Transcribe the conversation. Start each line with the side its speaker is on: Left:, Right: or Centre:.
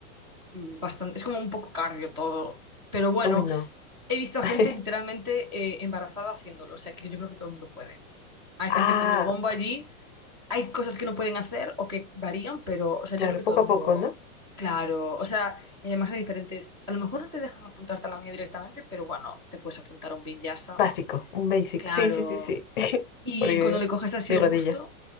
Right: mm, bastante, es como un poco cardio todo. Pero bueno,
Left: Uy, no.
Right: he visto a
Left: <laughs>
Right: gente literalmente eh, embarazada haciéndolo, o sea que yo creo que todo el mundo puede. Hay
Left: Ah,
Right: gente con el bombo allí, hay cosas que no pueden hacer o que varían, pero, o sea,
Left: claro,
Right: yo creo que todo
Left: poco
Right: el
Left: a
Right: mundo,
Left: poco, ¿no?
Right: claro, o sea, y además hay diferentes, a lo mejor no te dejan apuntarte a la mía directamente, pero bueno, te puedes apuntar a un Vinyasa
Left: Básico, un basic.
Right: Claro.
Left: Sí, sí, sí, sí. <laughs>
Right: Y
Left: Porque
Right: cuando le coges así
Left: mi
Right: el
Left: rodilla.
Right: gusto,